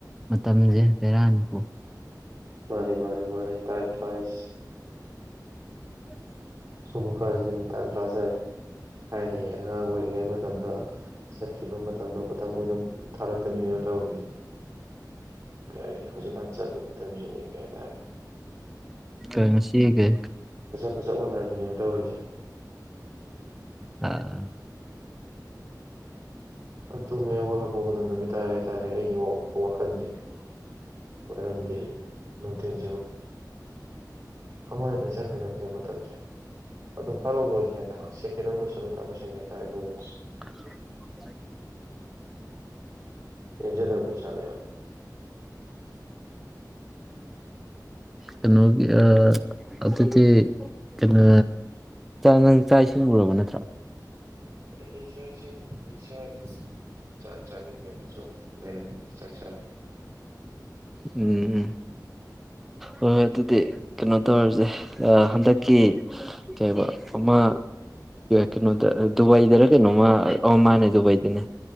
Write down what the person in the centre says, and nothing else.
ꯃꯇꯝꯁꯦ ꯦꯔꯥꯟꯄꯨ
<inaudible>
ꯀꯁꯤꯒꯦ
ꯑ
<unintelligible>
ꯀꯩꯅꯣꯒꯤ ꯑ ꯑꯗꯨꯗꯤ ꯀꯩꯅꯣ ꯅꯪ ꯆꯥꯛ ꯏꯁꯤꯡꯉꯨꯔꯕ ꯅꯠꯇ꯭ꯔꯣ꯫
ꯎꯝ ꯍꯣꯏ ꯑꯗꯨꯗꯤ ꯀꯩꯅꯣ ꯇꯧꯔꯁꯦ ꯑ ꯍꯟꯗꯛꯀꯤ ꯀꯩꯕ ꯑꯃ ꯀꯩꯅꯣꯗ ꯗꯨꯕꯥꯏꯗꯔ ꯀꯩꯅꯣꯝꯃ ꯑꫭ ꯃꯥꯅꯦ ꯗꯨꯕꯥꯏꯗꯅꯦ